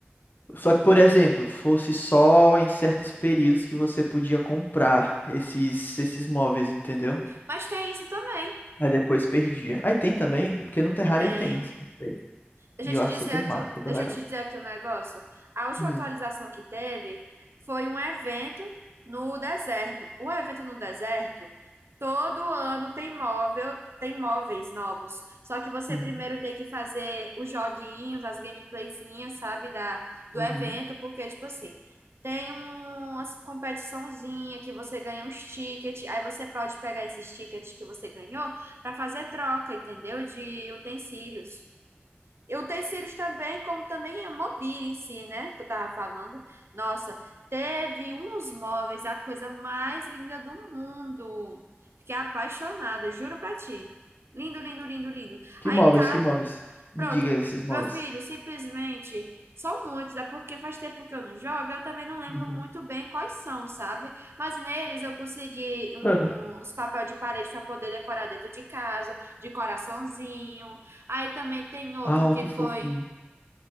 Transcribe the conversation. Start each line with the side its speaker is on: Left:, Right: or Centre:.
Left: Só que, por exemplo, fosse só em certos períodos que você podia comprar esses, esses móveis, entendeu?
Right: Mas tem isso também.
Left: Aí depois perdia. Aí tem também, porque no Terraria
Right: Tem.
Left: tem. tem.
Right: Deixa
Left: E
Right: eu
Left: eu
Right: te
Left: acho
Right: dizer
Left: super
Right: aqui,
Left: massa,
Right: um-
Left: super
Right: deixa
Left: legal.
Right: eu te dizer aqui um negócio. A última
Left: Uhum,
Right: atualização que teve foi um evento no deserto. O evento no deserto, todo ano tem móvel, tem móveis novos. Só que você
Left: uhum,
Right: primeiro tem que fazer os joguinhos, as gameplayzinhas, sabe, da, do
Left: uhum.
Right: evento, porque, tipo assim, tem uma competiçãozinha que você ganha uns tickets, aí você pode pegar esses tickets que você ganhou para fazer troca, entendeu? De utensílios. E o Terceiros também, como também a mobília em si, né? Que eu tava falando. Nossa, teve uns móveis, a coisa mais linda do mundo. Fiquei apaixonada, juro pra ti. Lindo, lindo, lindo, lindo.
Left: Que
Right: Aí
Left: móveis, que móveis? Me
Right: Pronto,
Left: diga esses móveis.
Right: meu filho, simplesmente são muitos, é porque faz tempo que eu não jogo, eu também não lembro
Left: Uhum.
Right: muito bem quais são, sabe? Mas neles eu consegui um,
Left: <laughs>
Right: uns papéis de parede para poder decorar dentro de casa, de coraçãozinho. Aí também tem outro
Left: Ah, ó,
Right: que
Left: que fofinho.
Right: foi